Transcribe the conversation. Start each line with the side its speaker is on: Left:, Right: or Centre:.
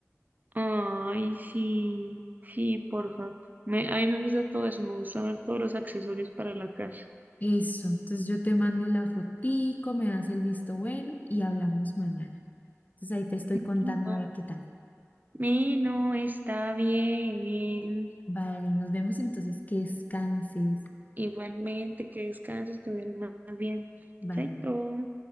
Right: Ay, sí. Sí, porfa. Me, a mí me gusta todo eso. Me gusta ver todos los accesorios para la casa.
Left: Eso, entonces yo te mando la fotico, me das el visto bueno y hablamos mañana. Entonces ahí te estoy contando
Right: Y no.
Left: a ver qué tal.
Right: Y no está bien.
Left: Vale, nos vemos entonces, que descanses.
Right: Igualmente, que descanses, que duermas bien.
Left: Vale.
Right: Chaito.